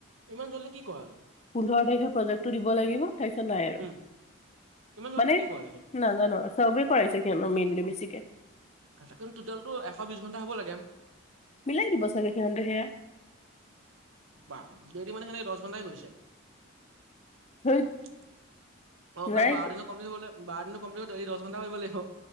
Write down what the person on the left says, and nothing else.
পোন্ধৰ তাৰিখে প্ৰজেক্টটো দিব লাগিব তাৰপিছত নাই আৰু
মানে
নাজানো আৰু চাৰ্ভে কৰাইছে কেনো মেইনলি বেছিকে।
মিলাই দিব চাগে সিহঁতে সেয়া।
ধেইত
নাই